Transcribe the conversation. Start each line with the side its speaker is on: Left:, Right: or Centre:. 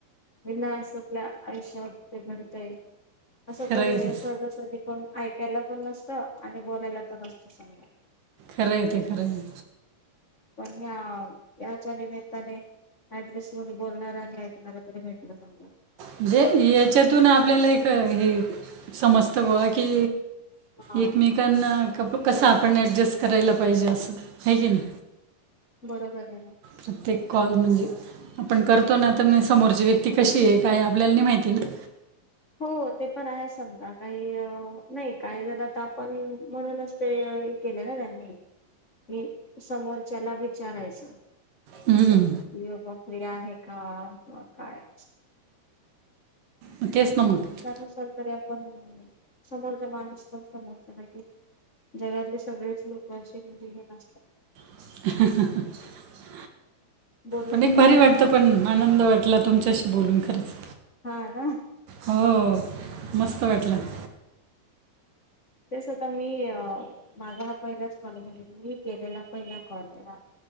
Left: विना अस आपल्या आयुष्यावरती घडतय असं
Right: खरं
Left: कोणी
Right: आहे ते
Left: अस करी पण ऐकायला पण नसत आणि बोलायला तर नसत समजा
Right: खरं आहे ते खरं आहे
Left: पण या त्याचाली टलिस्ट बोलणार आणि ऐकणार तरी भेटलं सांगा.
Right: म्हणजे याच्यातून आपल्याला एक हे समजत <unintelligible> की
Left: हा.
Right: एकमेकांना क कसं आपण ॲडजस्ट करायला पाहिजे असं आहे की नाही.
Left: बरोबर आहे ना
Right: प्रत्येक कॉल म्हणजे आपण करतो ना आता मी समोरची व्यक्ती कशी आहे काय आपल्याला नाही माहिती ना
Left: हो ते पण आहे समजा काही नाही काही जर आता आपण म्हणूनच ते केलं ना त्यांनी की समोरच्याला विचारायचं.
Right: हम्म.
Left: योगा फ्री आहे का किवा काय
Right: मग तेच न मक
Left: त्यानुसार तरी आपण समोरचा माणूस पण समजतो. जगातले सगळेच लोक असे जी हे असतात.
Right: <inaudible>
Left: बोलकी
Right: पण एक भारी
Left: असतात
Right: वाटत पण
Left: काही.
Right: आनंद वाटला तुमच्याशी बोलून खरंच
Left: हो ना
Right: हो मस्त वाटलं.
Left: तेच आता मी माझा हा पहिलाच कॉल म्हणजे मी केलेला पहिला कॉल आहे हा